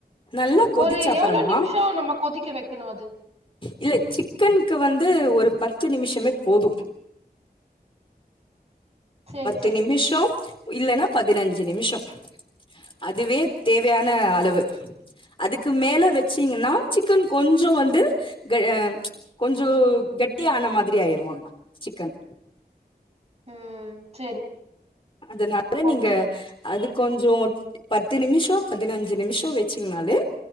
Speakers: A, on the left; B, on the right.
A: நல்லா கொதிச்சப்பறமா
B: ஒரு எவ்ளோ நிமிஷம் நம்ம கொதிக்க வைக்கணும் அது?
A: இல்ல சிக்கன்க்கு வந் து ஒரு பத்து நிமிஷமே போதும்
B: சரி
A: பத்து
B: சரி.
A: நிமிஷம் இல்லனா பதினஞ் அஞ்சு நிமிஷம் அதுவே தேவையான அளவு அதுக்கு மேல வச்சீங்கன்னா சிக்கன் கொஞ்சோ வந்து க அ கொஞ்சோ கெட்டியான மாதிரி ஆயிருவான் சிக்கன்
B: ம் சரி
A: அதனால
B: ஓகே.
A: நீங்க அதுக் கொஞ்சோ பத்து நிமிஷோ பதினஞ்சு நிமிஷோ வச்சிங்னாலே